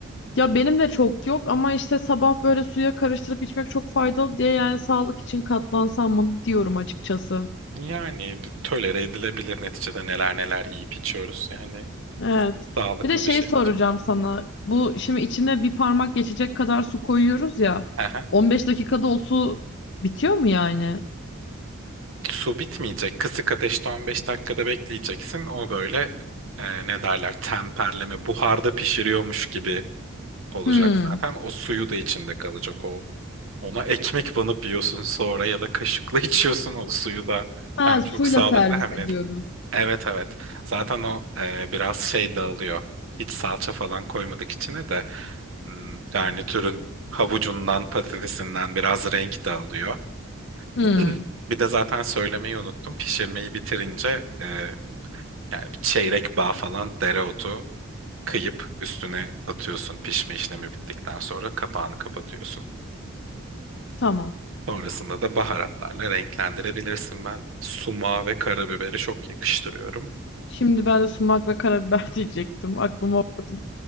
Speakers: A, on the left; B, on the right.
A: Ya benim de çok yok ama işte sabah böyle suya karıştırıp içmek çok faydalı diye yani sağlık için katlansam mı diyorum açıkçası.
B: Yani bir tolere edilebilir neticede neler neler yiyip içiyoruz yani
A: Evet.
B: sağlıklı
A: Bir de şey
B: bir şey
A: soracağım
B: de tüket.
A: sana. Bu şimdi içine bir parmak geçecek kadar su koyuyoruz ya.
B: Aha.
A: 15 dakikada o su bitiyor mu yani?
B: Su bitmeyecek kısık ateşte 15 dakikada bekleyeceksin o böyle e, ne derler temperleme buharda pişiriyormuş gibi olacak
A: Hmm.
B: zaten o suyu da içinde kalacak o Ona ekmek banıp yiyorsun sonra ya da kaşıkla <laughs> içiyorsun o suyu da.
A: Ha
B: Hem
A: suyla
B: çok sağlıklı
A: servis
B: hem
A: ediyoruz.
B: de... Evet evet. Zaten o e, biraz şey dağılıyor. Hiç salça falan koymadık içine de hmm, garnitürün havucundan patatesinden biraz renk dağılıyor.
A: Hmm.
B: <clears throat> Bir de zaten söylemeyi unuttum. Pişirmeyi bitirince e, yani bir çeyrek bağ falan dereotu kıyıp üstüne atıyorsun pişme işlemi bittikten sonra kapağını kapatıyorsun.
A: Tamam.
B: Sonrasında da baharatlarla renklendirebilirsin. Ben sumağı ve karabiberi çok yakıştırıyorum.
A: Şimdi ben de sumak ve karabiber <laughs> diyecektim. Aklıma okudum.